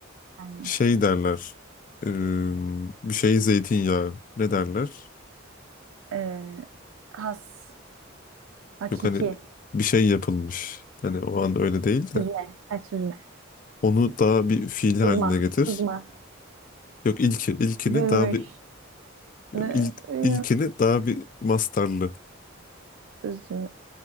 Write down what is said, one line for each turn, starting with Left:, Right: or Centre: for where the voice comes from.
Right: Aynen.
Left: Şey derler. Ee, bir şey zeytinyağı. Ne derler?
Right: Ee, has, hakiki,
Left: Yok hani bir şey yapılmış. Hani o an öyle değil de.
Right: süzme, ha, süzme,
Left: Onu daha bir fiil haline
Right: sızma,
Left: getir.
Right: sızma,
Left: Yok ilki. ilkini
Right: süzülmüş,
Left: daha bir
Right: ne,
Left: yok, ilk,
Right: bilmiyorum,
Left: ilkini daha bir mastarlı.
Right: süzüm,